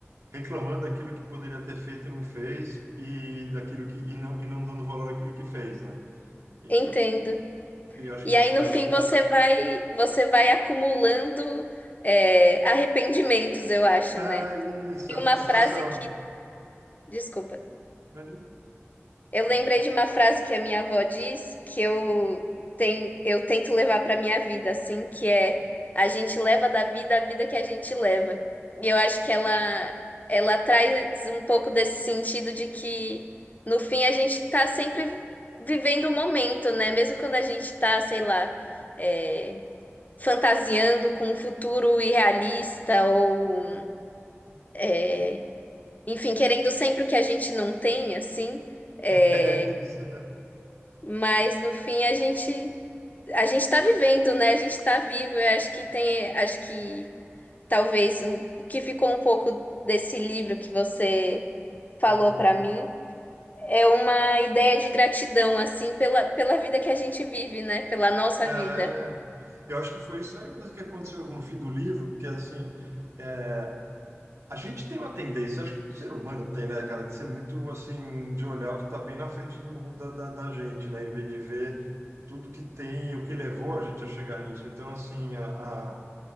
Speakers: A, on the right; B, on the left.
A: reclamando daquilo que poderia ter feito e não fez, e daquilo que, e não, e não dando valor àquilo que fez, né? E,
B: Entendo.
A: e acho
B: E
A: que isso
B: aí no
A: daí
B: fim
A: é um,
B: você vai, você vai acumulando, é, arrependimentos, eu acho,
A: é
B: né?
A: isso,
B: E
A: é a
B: uma
A: frustração.
B: frase que. Desculpa.
A: Imagina.
B: Eu
A: <laughs>
B: lembrei de uma frase que a minha avó disse que eu, tem, eu tento levar para minha vida, assim, que é a gente leva da vida a vida que a gente leva. E eu acho que ela, ela traz um pouco desse sentido de que, no fim, a gente está sempre vivendo o momento, né? Mesmo quando a gente está, sei lá, é, fantasiando com um futuro irrealista ou, é, enfim, querendo sempre o que a gente não tem, assim. É,
A: É isso.
B: Mas no fim a gente a gente está vivendo, né? A gente está vivo. Eu acho que tem, acho que talvez um, o que ficou um pouco desse livro que você falou
A: Uhum.
B: para mim é uma ideia de gratidão assim pela pela vida que a gente vive, né? Pela nossa
A: É,
B: vida.
A: eu acho que foi isso aí mesmo que aconteceu no fim do livro, porque assim, é, a gente tem uma tendência, acho que o ser humano tem, né, cara, de ser muito assim, de olhar o que está bem na frente do- da, da, da gente, né, em vez de ver tudo que tem e o que levou a gente a chegar nisso. Então, assim, a,